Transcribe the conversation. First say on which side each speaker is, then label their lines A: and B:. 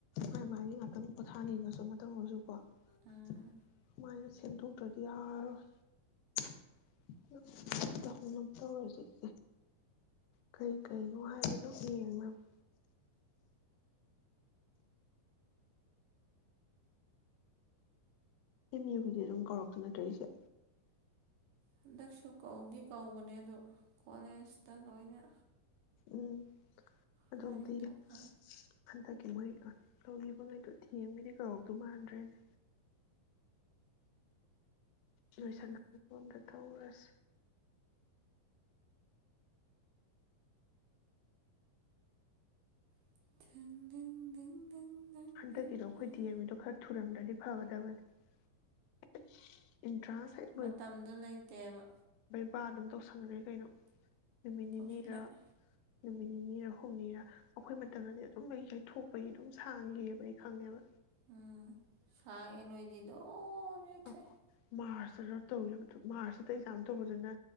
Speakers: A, on the left (about 85°); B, on the right (about 75°).
A: ꯃꯥꯥꯏ ꯃꯥꯥꯏꯒꯤ ꯉꯥꯛꯇꯪ ꯄꯣꯊꯥꯅꯤꯡꯉꯁꯨ ꯃꯇꯝꯧꯒꯁꯨ ꯀꯣ ꯑꯗꯨꯃꯥꯏꯅ
B: ꯎꯝ
A: ꯁꯦꯟꯗꯣꯛ ꯅꯠꯇ꯭ꯌꯗꯤ ꯌꯥꯔꫭꯏ <unintelligible> ꯇꯍꯧꯅꯕ ꯇꯧꯔꯖꯩ ꯀꯩ ꯀꯩꯅꯣ ꯍꯥꯏꯕꯗꫭ ꯌꯦꯡꯅꯕ ꯑꯦꯝ ꯌꯨ ꯒꯤꯗꯤ ꯑꯗꯨꯝ ꯀꯥꯎꯔꯛꯇꯨ ꯅꯠꯇ꯭ꯔ ꯏꯆꯦ
B: ꯍꯟꯗꯛꯁꯨ ꯀꯧꯗꯤ ꯀꯧꯕꯅꯦ ꯑꯗꯨ ꯀꯣꯂꯦꯁꯇ ꯂꯣꯏꯅ
A: ꯎꯝ ꯑꯗꯝꯗꯤ
B: ꯍꯥꯏꯗꯣꯛꯍꯟ
A: <unintelligible> ꯍꯟꯗꯛꯀꯤ ꯃꯣꯏ ꯇꯧꯒꯤꯕꯉꯩꯗꯣ ꯗꯤ ꯌꯦꯝ ꯒꯤꯗꯤ ꯀꯧꯔꯥꯛꯇꯧ ꯃꯥꯟꯗ꯭ꯔꯦꯅꯦ ꯂꯣꯏꯁꯜ
B: ꯎꯝ
A: ꯂꯛ <unintelligible> ꯇꯧꯔꯁꯦ
B: <unintelligible>
A: ꯍꯟꯗꯛꯀꯤꯗꯣ
B: ꯗꯪ
A: ꯑꯈꯣꯏ
B: ꯗꯪ
A: ꯗꯤ ꯑꯦꯝ ꯒꯤꯗꯣ ꯈꯔ ꯊꯨꯔꯝꯗ꯭ꯔꯗꯤ ꯐꯒꯗꯕꯅꯤ <unintelligible> ꯍꯦꯛ
B: ꯃꯇꯝꯗꫭ ꯂꯩꯇꯦꯕ
A: ꯏꯄꯥ ꯑꯗꯨꯝ ꯇꯧꯁꯟꯒ꯭ꯔꯦ ꯀꯩꯅꯣ ꯅꯨꯃꯤꯠ
B: ꯇꯧꯁꯤꯜꯂꯛꯑꯦ
A: ꯅꯤꯅꯤꯔ ꯅꯨꯃꯤꯠ ꯅꯤꯅꯤꯔ ꯍꯨꯝꯅꯤꯔ ꯑꯩꯈꯣꯏ ꯃꯇꯝꯗꯗꯤ ꯑꯗꯨꯝ ꯂꯩꯊꯣꯛꯄꯒꯤ ꯑꯗꯨꯝ ꯁꯥꯡ ꯒꯤꯑꯕ ꯑꯩ ꯈꯪꯉꯦꯕ
B: ꯎꯝ ꯁꯥꯛꯉꯩ ꯅꯣꯏꯗꯤ ꯑꯗꯨꯝ ꯌꯩꯊꯣꯛꯑꯦ
A: ꯑ ꯃꯥꯔꯁ ꯇꯧꯒꯤꯕꯗꯨ ꯃꯥꯔꯁꯇ ꯑꯦꯛꯖꯥꯝ ꯇꯧꯕꯗꯨꯅ